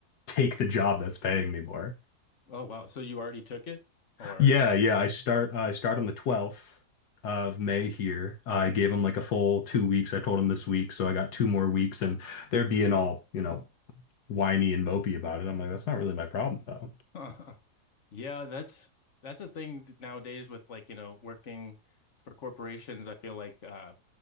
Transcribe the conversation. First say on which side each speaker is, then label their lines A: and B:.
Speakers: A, on the left; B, on the left.
A: take the job that's paying me more."
B: Oh wow. So you already took it or
A: Yeah, yeah. I start uh, I start on the 12th of May here. I gave them like a full two weeks. I told them this week, so I got two more weeks, and they're being all, you know, whiny and mopey about it. I'm like, that's not really my problem, though.
B: <laughs> Yeah, that's that's a thing th- nowadays with like, you know, working for corporations. I feel like uh